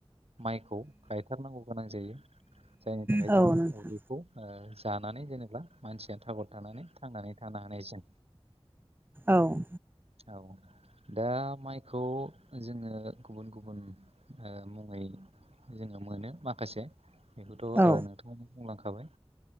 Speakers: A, on the right; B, on the right.
A: माइखौ गायथारनांगौ गोनां जायो। जायनि थाखाय
B: औ
A: जोङो
B: नोंथां
A: उदैखौ ओ जानानै जेनेबा मानसिया था थानानै थांनानै थानो हानाय जों
B: औ।
A: औ। दा माइखौ जोङो गुबुन गुबुन ओ मुङै जोङो मोनो माखासे बेखौथ'
B: औ
A: ओ नोंथांङाबो बुंलांखाबाय